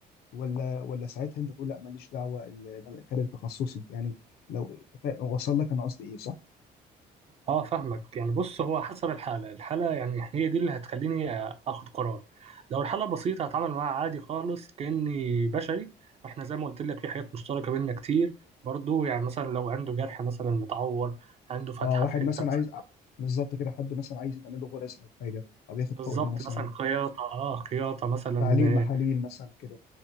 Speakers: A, on the left (about 65°); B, on the right (about 40°).
A: ولا ولا ساعتها انت تقول لا ماليش دعوه ال- ده خارج تخصصي يعني لو تفا- وصل لك انا قصدي ايه صح؟
B: اه فاهمك يعني بص هو حسب الحالة الحالة يعني هي دي اللي هتخليني اخد قرار لو الحالة بسيطة هتعامل معاها عادي خالص كأني بشري احنا زي ما قلت لك في حاجات مشتركة بيننا كتير برضو يعني مثلا لو عنده جرح مثلا متعور عنده فتحة
A: اه واحد
B: في حتة
A: مثلا
B: مثلاً-
A: عايز آه، بالظبط كده حد مثلا عايز يتعمل له غرز او حاجه او ياخد
B: بالظبط
A: حقنه مثلا
B: مثلا خياطة اه خياطة مثلا
A: تعليق
B: آه،
A: محاليل مثلا كده